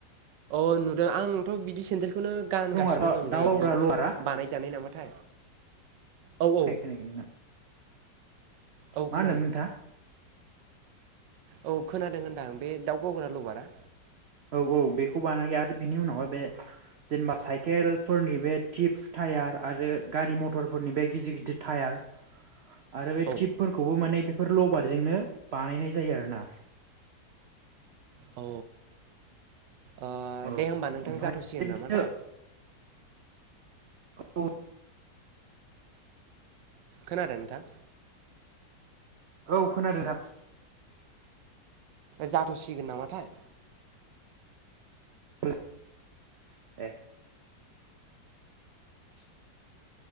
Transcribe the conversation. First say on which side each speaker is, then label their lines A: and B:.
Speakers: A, on the right; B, on the right.
A: अ नुदों आंथ बिदि सेन्देलखौनो गानगासिनो
B: आरो
A: दं
B: दाउ
A: दै
B: गावग्रा
A: बेबो
B: लबारा
A: बानायजानाय नामाथाय। औ
B: खै
A: औ
B: खोनायाखै नोंना
A: औ
B: मा
A: खोनादों
B: होन्दोंमोन नोंथांआ
A: औ खोनादों होनदां बे दाउ गावग्रा लबारा
B: अ बेखौ बानायो आरो बिनि उनावहाय बे जेनेबा साइकेलफोरनि बे थिप टायार आरो गारि मथरफोरनि बे गिदिर गिदिर टायार <inaudible> आरो बे
A: औ
B: टिपफोरखौबो माने बेफोर लबारजोंनो बानायनाय जायो आरोना।
A: औ ओ
B: औ
A: दे होमबा नोंथां
B: ओमफ्राय
A: जाथसिगोन
B: बिदिनो
A: नामाथाय।
B: औ <unintelligible>
A: खोनादों नोंथां?
B: औ खोनादों नोंथां।
A: जाथसिगोन नामाथाय
B: <unintelligible> ए <inaudible>